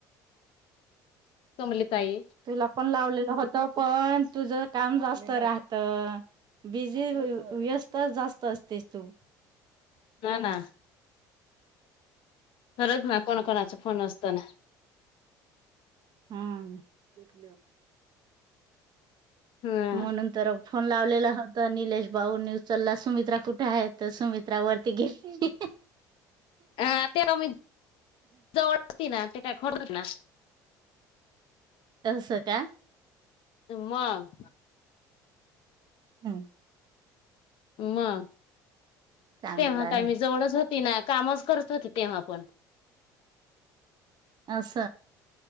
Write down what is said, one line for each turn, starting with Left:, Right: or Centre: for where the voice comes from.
Left: तमली ताईी.
Right: तुला पण लावलेलं होत पण तुझ काम जास्त राहत बिजी व्यस्त जास्त असते तू
Left: ना ना. हरद म कोण कोणाच फोन रसतना
Right: हा <inaudible>
Left: ह
Right: म्हणून तर. फोन लावलेला होता निलेश बाऊ न्यूज लला सुमित्रा कुठे आहेत. तर सुमित्रावररती गेली
Left: अ तेला मी जवळ होती ना ते काय खर होत ना.
Right: तस का.
Left: मग.
Right: हम्म,
Left: मग,
Right: चांगलं
Left: तेव्हा
Right: आहे
Left: काय मी जवळच होत. ति ना कामच करत होती तेव्हा आपण.
Right: कस